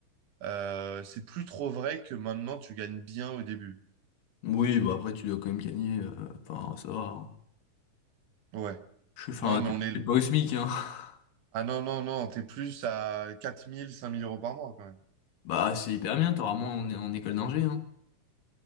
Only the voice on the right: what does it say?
Euh, c'est plus trop vrai que maintenant, tu gagnes bien au début.
Ouais.
Non, mais
on est,
Ah non, non, non, t'es plus à quatre mille cinq mille euros par mois quand même.